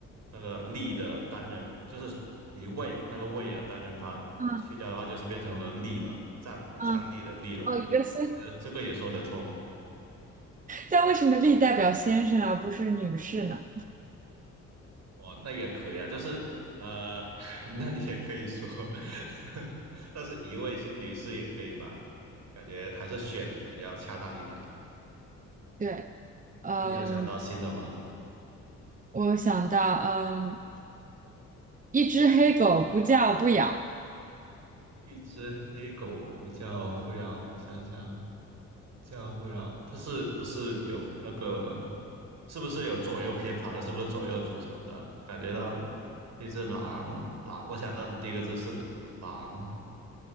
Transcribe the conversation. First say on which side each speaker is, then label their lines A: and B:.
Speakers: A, on the right; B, on the right.
A: 那个力的单人就是一位那个位啊，单人旁去掉的话，
B: 嗯
A: 就是变成了力了，站站立的立了。
B: 嗯，哦，一个先，
A: 我觉得这个也说得通。
B: <laughs> 生，但为什么力代表先生而不是女士呢？
A: 哦，那也可以啊，就是呃，<laughs> 那你也可以说，<laughs> 但是一位女士也可以吧？感觉还是选比较恰当一点。
B: 对，嗯，
A: 那你有想到新的吗？
B: 我想到，嗯，一只黑狗不叫不咬，
A: 一只黑狗不叫不饶，我想想，叫不饶，它是不是有那个，是不是有左右偏旁的？是不是左右组成的？我感觉到这只狼，狼，我想到的第一个字是狼，